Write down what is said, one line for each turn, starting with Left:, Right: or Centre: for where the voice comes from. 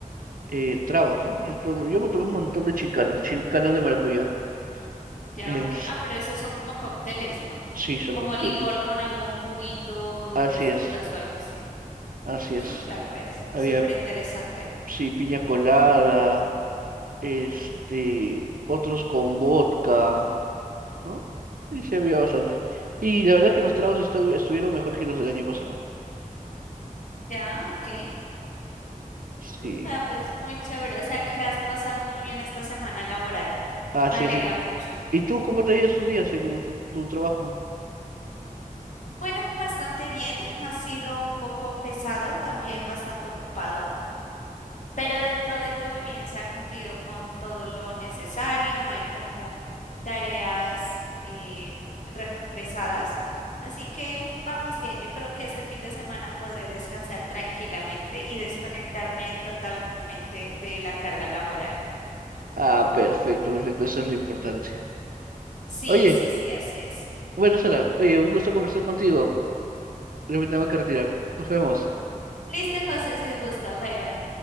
Right: eh, tragos, ¿no? Yo, tomo- yo me tomé un montón de chicanos, chicanos de maracuyá.
Left: ya,
Right: Es,
Left: ok. Ah, pero esos son como cócteles, ¿no?
Right: sí, son
Left: Como
Right: cócteles.
Left: licor con algún juguito
Right: Así
Left: de frutas
Right: es,
Left: o algo así.
Right: así
Left: Mm,
Right: es.
Left: vea pues,
Right: Había,
Left: súper interesante.
Right: sí, piña colada, este, otros con vodka, ¿no? Y sí, había bastante. Y la verdad que los tragos estu- estuvieron mejor que los del año pasado.
Left: Ya, ok.
Right: Sí.
Left: Mm, vea pues, muy chévere. O sea, que has pasado muy bien esta semana laboral.
Right: Así
Left: Me alegra
Right: es,
Left: mucho.
Right: ¿Y tú cómo te ha ido estos días en tu, tu trabajo?
Left: Bueno, bastante bien. Ha sido un poco pesado, también bastante ocupado. Pero dentro de todo bien, se ha cumplido con todo lo necesario, no hay como tareas eh, represadas. Así que vamos bien, yo creo que este fin de semana podré descansar tranquilamente y desconectarme totalmente de la carga laboral.
Right: Ah, perfecto, perfecto, eso es lo importante.
Left: Sí,
Right: Oye,
Left: sí, sí, así es.
Right: bueno, Sara, oye, un gusto conversar contigo. Yo me tengo que retirar. Nos vemos.
Left: Listo, José, ha sido un gusto. Bye, bye.